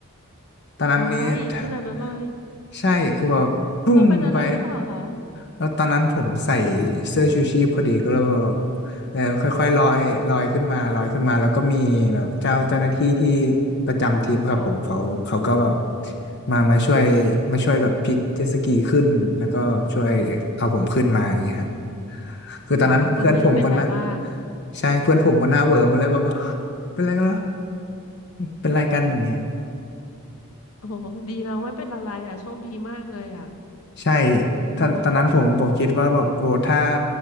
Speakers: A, on the left; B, on the left.
A: ำ ตอนนั้นนี้
B: ว้ายขนาดนั้นเลย
A: <laughs> ใช่คือแบบปุ้งไป
B: เราเป็นอะไรหรือเปล่าคะ
A: แล้วตอนนั้นผมใส่เสื้อชูชีพพอดีก็เลยแบบเออค่อยๆลอยลอยขึ้นมาลอยขึ้นมาแล้วก็มีแบบเจ้าเจ้าหน้าที่ที่ประจำทริปครับผมเขาเขาก็แบบ
B: อ๋อ
A: มามาช่วยมาช่วยแบบพลิกเจ็ตสกีขึ้นแล้วก็ช่วยเอาผมขึ้นมาอย่างเงี้ยฮะคือตอนนั้นเพื่อนผมก็น่า
B: อ๋อก็คือไม่ได้เป็นอะไรมาก
A: ใช่เพื่อนผมก็หน้าเหวอหมดเลยแบบอกเป็นไรกันเหรอเป็นไรกันอย่างเงี้ย
B: โอ้โหดีนะ ไม่เป็นอะไรอ่ะโชคดีมากเลยอ่ะ
A: ใช่ตอนตอนนั้นผมผมคิดว่าแบบโอ้ถ้า
B: โอ้